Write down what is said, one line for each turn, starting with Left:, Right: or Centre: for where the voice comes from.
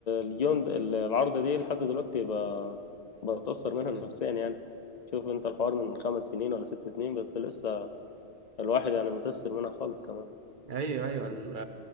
Left: اليوم د- ال- العارضه دي لحد دلوقتي ب- بتاثر منها نفسيا يعني شوف انت الحوار من خمس سنين ولا ست سنين بس لسه الواحد يعني متاثر منها خالص كمان
Right: أيوه أيوه ال-